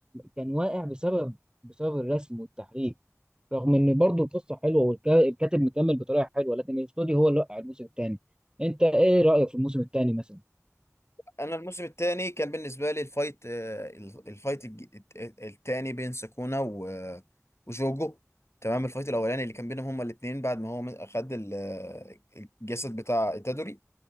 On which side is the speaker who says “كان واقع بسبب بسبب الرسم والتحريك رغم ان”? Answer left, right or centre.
Right